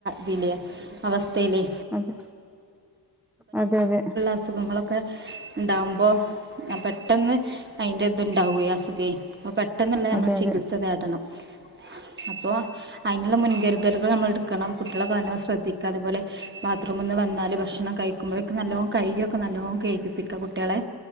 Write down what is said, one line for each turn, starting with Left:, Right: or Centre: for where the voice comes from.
Right: ഒരു ഇല അവസ്ഥയിലെ.
Centre: അതെ അതെ അതെ.
Right: അസുഖങ്ങളൊകെ. ഒക്കെ ഉണ്ടാകുമ്പോ പെട്ടെന്ന് അതിൻ്റെ ഇത് ഉണ്ടാവേം. അസുഖേം. അപ്പൊ പെട്ടെന്നുള്ള നമ്മൾ
Centre: അതെ അതെ
Right: ചികിത്സ
Centre: അതെ
Right: തേടണം അപ്പൊ. അയ്ന്ള്ള മുൻകര്തല്കൾ നമ്മൾട്ക്കണം കുട്ടിളെ നല്ലോം ശ്രദ്ധിക്ക അതുപോലെ ബാത്റൂമിന്ന് വന്നാല് ഭഷണം കഴി ക്കുമ്പൊഴേക്കെ നല്ലോ കയ്യ് ഒക്കെ നല്ലോം കെയ്കിപ്പിക്ക കുട്ട്യേളെ